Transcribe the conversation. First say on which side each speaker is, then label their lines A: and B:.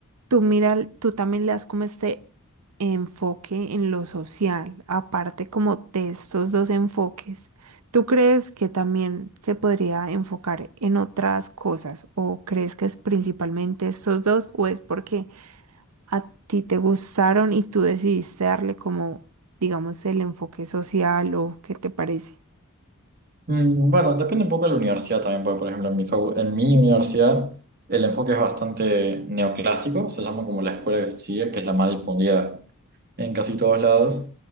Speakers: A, on the right; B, on the right.
A: tú mira, el- tú también le das como este enfoque en lo social, aparte como de estos dos enfoques. ¿Tú crees que también se podría enfocar en otras cosas o crees que es principalmente estos dos o es porque a ti te gustaron y tú decidiste darle como, digamos, el enfoque social o qué te parece?
B: Mm, Bueno, depende un poco de la universidad también, porque por ejemplo en mi, facu- en mi universidad el enfoque es bastante neoclásico, se llama como la escuela que se sigue, que es la más difundida en casi todos lados,